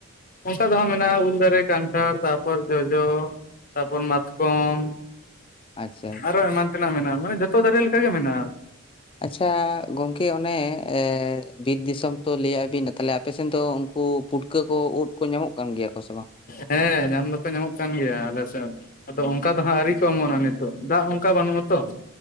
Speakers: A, on the left; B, on the left.
A: ᱚᱱᱠᱟ ᱫᱚ ᱦᱟᱜ ᱢᱮᱱᱟᱜ-ᱟ, ᱩᱞ ᱫᱟᱨᱮ ᱠᱟᱱᱴᱷᱟᱲ ᱛᱟᱯᱚᱨ ᱡᱚᱡᱚ ᱛᱟᱯᱚᱨ ᱢᱟᱛᱠᱚᱢ᱾
B: ᱟᱪᱪᱷᱟ ᱟᱪᱪᱷᱟ
A: ᱟᱨᱮ ᱮᱢᱟᱱ ᱛᱮᱱᱟᱜ ᱢᱮᱱᱟᱜ-ᱟ, ᱢᱟᱱᱮ ᱡᱚᱛᱚ ᱫᱟᱨᱮ ᱞᱮᱠᱟ ᱜᱮ ᱢᱮᱱᱟᱜ-ᱟ᱾
B: ᱟᱪᱪᱷᱟ ᱜᱚᱝᱠᱮ ᱚᱱᱮ ᱮᱸᱻ ᱵᱤᱨ ᱫᱤᱥᱚᱢ ᱛᱚ ᱞᱟᱹᱭᱟᱜᱼᱟ ᱵᱤᱱ ᱛᱟᱦᱚᱞᱮ ᱟᱯᱮᱥᱮᱱ ᱫᱚ ᱩᱱᱠᱩ ᱯᱩᱴ ᱠᱟᱹ ᱠᱚ ᱩᱫ ᱠᱚ ᱧᱟᱢᱚᱜ ᱠᱟᱱ ᱜᱮᱭᱟ ᱠᱚ ᱥᱮ ᱵᱟᱝ?
A: ᱦᱮᱸ ᱧᱟᱢ ᱫᱚᱠᱚ ᱧᱟᱢᱚᱜ ᱠᱟᱱ ᱜᱮᱭᱟ ᱟᱞᱮ ᱥᱮᱫ ᱟᱫᱚ ᱚᱱᱠᱟ ᱫᱚ ᱦᱟᱸᱜ ᱟᱹᱣᱨᱤ ᱠᱚ ᱚᱢᱚᱱᱟᱼᱜ ᱱᱤᱛᱚᱜ ᱫᱟᱜ ᱚᱱᱠᱟ ᱵᱟᱹᱱᱩᱜ-ᱟ ᱛᱚ